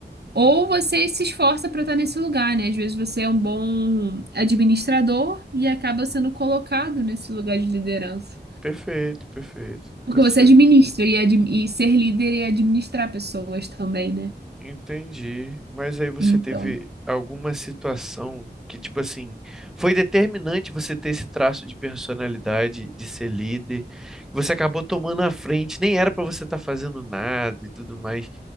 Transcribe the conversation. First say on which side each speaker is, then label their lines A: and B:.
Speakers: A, on the right; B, in the centre.
A: ou você se esforça para estar nesse lugar, né? Às vezes você é um bom administrador e acaba sendo colocado nesse lugar de liderança.
B: Perfeito, perfeito.
A: Porque
B: Tá certo.
A: você administra e, admi- e ser líder é administrar pessoas também, né?
B: Entendi. Mas aí você
A: Então,
B: teve alguma situação que, tipo assim, foi determinante você ter esse traço de personalidade, de ser líder, que você acabou tomando a frente, nem era para você estar fazendo nada e tudo mais.